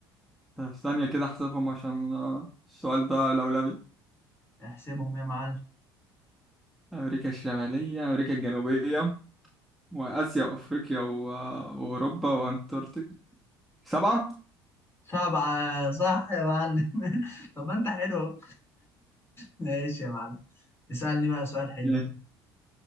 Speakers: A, in the centre; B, on the left (about 20°).
A: طب ثانيه كده احسبهم عشان آه، السؤال ده لولبي
B: احسبهم يا معلم
A: أمريكا الشمالية أمريكا الجنوبية وآسيا وأفريقيا و... وأوروبا وأنتاركتيكا سبعة
B: سبعة صح يا معلم <laughs> طب ما انت حلو أهو. ماشي يا معلم اسألني بقى سؤال حلو
A: مم.